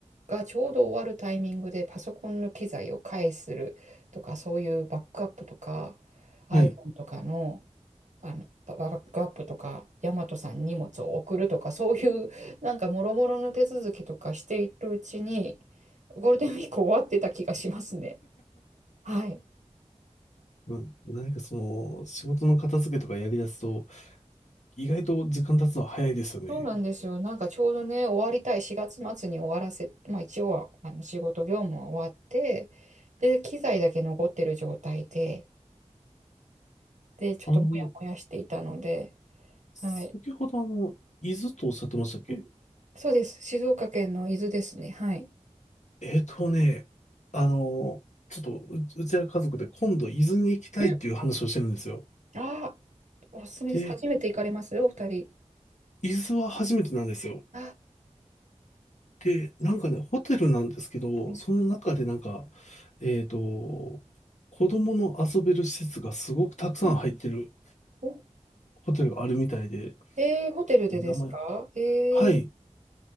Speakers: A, on the right; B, on the left.
A: がちょうど終わるタイミングでパソコンの機材を返するとか、そういうバックアップとか iPhone
B: はい。
A: とかのあの、ババックアップとか、ヤマトさんに荷物を送るとか、そういう、<laughs> なんか、もろもろの手続きとかしているうちに、ゴールデンウィーク終わってた気がしますね。はい。
B: うん、何かその、仕事の片付けとかやりだすと、意外と時間経つのは早いですよね。
A: そうなんですよ。なんか、ちょうどね、終わりたい、4月末に終わらせ、まあ、一応は、あの、仕事業務は終わって、で、機材だけ残ってる状態で、で、ちょっともやもやしていたので、
B: あの、先ほどあの、
A: はい。
B: 伊豆とおっしゃってましたっけ
A: うんそうです。静岡県の伊豆ですね。はい。
B: えーとね、あの、ちょっとう、うちら家族で今度伊豆に行きたいっていう話をしてるんですよ。
A: うん。ああ、おすすめです。
B: で、
A: 初めて行かれますお二人。
B: 伊豆は初めてなんですよ。
A: あ、
B: で、なんかね、ホテルなんですけど、
A: はい。
B: その中でなんか、えーと、子供の遊べる施設がすごくたくさん入ってる
A: うんお、
B: ホテルがあるみたいで、
A: えー、ホテルでですかえー、
B: 名前、はい、